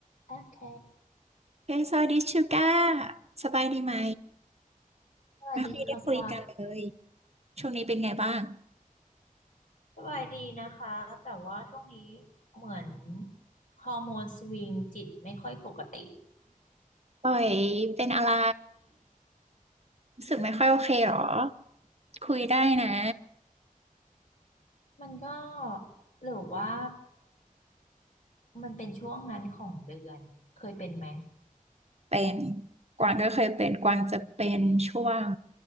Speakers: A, on the left (about 60°); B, on the right (about 45°).
A: โอเค
B: เฮ้ยสวัสดีชูก้าสบายดีไหม
A: สวัสดีค่ะกวาง
B: ไม่ค่อยได้คุยกันเลยช่วงนี้เป็นไงบ้าง
A: สบายดีนะคะแต่ว่าช่วงนี้เหมือนฮอร์โมนสวิงจิตไม่ค่อยปกติ
B: ป่อยเป็นอะไรรู้สึกไม่ค่อยโอเคเหรอคุยได้นะ
A: มันก็หรือว่ามันเป็นช่วงนั้นของเดือน เคยเป็นไหม
B: เป็นกวางก็เคยเป็นกวางจะเป็นช่วง